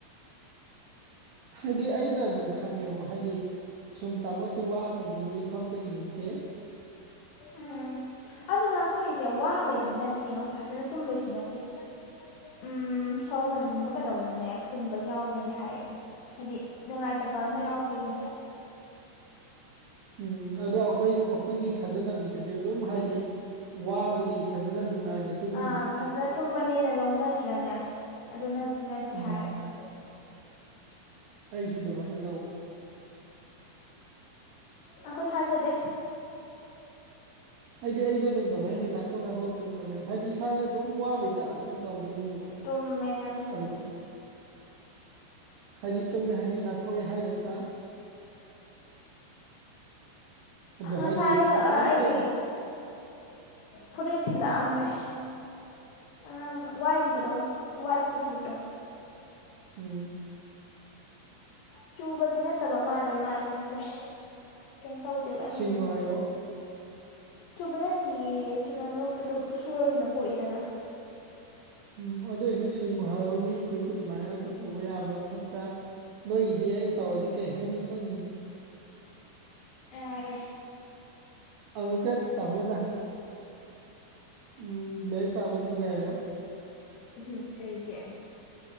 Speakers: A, on the right (about 80°); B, on the left (about 85°).
A: ꯍꯥꯏꯗꯤ ꯑꯩꯅ ꯑꯗꯨꯝ ꯈꯪꯉꯦꯕ ꯍꯥꯏꯗꯤ ꯁꯨꯝ ꯇꯥꯃꯣꯁꯦ ꯋꯥꯕꯒꯤꯅꯤ ꯈꯣꯠꯄꯒꯤꯅꯤꯁꯦ
B: ꯎꯝ ꯑꯗꯨꯅ ꯑꯩꯈꯣꯏꯁꯦ ꯋꯥꯕꯩꯗꯤ ꯅꯠꯇꯦ ꯐꯖꯅ ꯇꯨꯝꯕꯩꯁꯨ ꯅꯠꯇꯦ ꯎꯝ ꯁꯣꯔ ꯍꯣꯟꯖꯤꯟꯕ ꯀꯩꯗꯧꯕꯗꯅꯦ ꯐꯨꯟꯕ ꯌꯥꯎꯕꯩꯅꯦ ꯍꯥꯏ ꯍꯥꯏꯗꯤ ꯅꯨꯡꯉꯥꯏ ꯐꯠꯇꯕ ꯑꯃ ꯌꯥꯎꯕꯒꯤꯅꯤ ꯍꯥꯏ
A: ꯎꯝ ꯑꯗꯣ ꯑꯩꯈꯣꯏ ꯑꯩꯈꯣꯏꯒꯤ ꯊꯥꯖꯅꯕꯤꯗꯗꯤ ꯑꯗꯨꯝ ꯍꯥꯏꯗꯤ ꯋꯥꯕꯒꯤ ꯐꯖꯅ ꯅꯨꯡꯉꯥꯏꯅ ꯇꯨꯝꯃꯤꯅꯤ
B: ꯑꯥ ꯐꯖꯅ ꯇꯨꯝꯕꯅꯦꯅ ꯂꯧꯅꯗ꯭ꯔꯅꯦ ꯑꯗꯨ ꯅꯠꯇꯦ ꯅꯠꯇꯦ
A: ꯎꯝ
B: ꯍꯥꯏꯌꯦꯕ
A: ꯑꯩꯁꯨ ꯑꯗꯨꯃꯥꯏꯅ ꯂꯧꯋꯏ
B: ꯑꯈꯣꯏ ꯊꯖꯗ
A: ꯍꯥꯏꯗꯤ ꯑꯩꯁꯨ ꯑꯗꯨꯝ ꯑꯗꯨꯃꯥꯏꯅ ꯍꯦꯛ ꯅꯥꯈꯣꯛ ꯅꯥꯈꯣꯛ ꯇꯨꯝꯕꯅꯦꯕ ꯍꯥꯏꯗꯤ ꯏꯁꯥꯁꯦ ꯑꯗꯨꯝ ꯋꯥꯕꯩꯇ ꯑꯗꯨꯝ ꯇꯧꯗꯣꯏꯅꯦꯕ
B: ꯇꯃꯦ ꯅꯪꯁꯨ
A: ꯑꯗꯨ ꯍꯥꯏꯗꯤ ꯇꯨꯝꯃꯦ ꯍꯥꯏꯗꯤ ꯅꯥꯈꯣꯏꯑ ꯍꯥꯏ ꯅꯠꯇ꯭ꯔꯥ ꯑꯗꯣ
B: ꯑ
A: ꯍꯥꯏꯗꯤ
B: ꯁꯥꯏ
A: ꯀꯩꯝ
B: ꯑꯩ
A: ꯇꯧ
B: ꯐꯔꯂ ꯑꯃꯃꯦ ꯑꯪ ꯋꯥꯏꯒꯤꯕꯗꯣ ꯋꯥꯏꯠꯀꯤ ꯐꯠꯇꯣ
A: ꯎꯝ
B: ꯆꯨꯕꯗꯤ ꯅꯠꯇꯕ ꯃꯥꯜꯂꯦ ꯃꯥꯒꯤꯁꯦ ꯀꯩꯝ ꯇꯧꯗꯦꯕ ꯑꯩꯅ
A: ꯁꯤꯡꯉꯨ
B: ꯌꯦꯡꯕꯗ
A: ꯍꯥꯏꯌꯣ
B: ꯆꯕ ꯅꯠꯇꯤꯌꯦ ꯆꯨꯝꯅ ꯃꯣꯠꯄꯗꯣ ꯁꯨꯔꯃꯤꯅ ꯀꯣꯛꯏꯗꯅ
A: ꯎꯝ ꯑꯗꯨꯑꯣꯏꯁꯨ ꯁꯤꯡꯉꯨ ꯍꯥꯏꯌꯣ ꯃꯤ ꯐꯨꯔꯤꯠꯄꯨ ꯑꯗꯨꯃꯥꯏꯅ ꯑꯗꯨ ꯇꯧꯕ ꯌꯥꯕ꯭ꯔꯥ ꯈꯣꯠꯄ꯭ꯔꯥ ꯅꯣꯏꯒꯤꯗꯤ ꯑꯩꯅ ꯇꯧꯔꯗꯤ ꯀꯩ ꯍꯥꯏꯅꯤ ꯈꯣꯠꯅꯤꯅ
B: ꯑꯗ
A: ꯑꯃꯨꯀ ꯇꯥꯃꯣꯅ ꯎ ꯂꯩ ꯂꯩ ꯄꯥꯕ ꯊꯒꯥꯏꯣ
B: ꯎꯝ ꯀꯩ ꯀꯦ